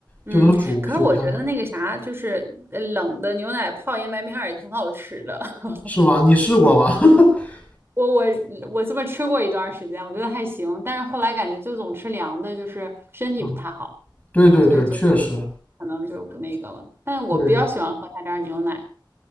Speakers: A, on the right (about 30°); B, on the left (about 20°).
A: 嗯，
B: 就能煮煮开的，
A: 可是我觉得那个啥，就是呃冷的牛奶泡燕麦片儿也挺好吃的。<laughs>
B: 是吧？你试过吧？<laughs>
A: 我我我这么吃过一段儿时间，我觉得还行，但是后来感觉就总吃凉的，就是身体不太好。
B: 嗯，对对对，
A: 所以就
B: 确实，
A: 可能就不那个了。但我比较喜欢喝他家牛奶。
B: 对，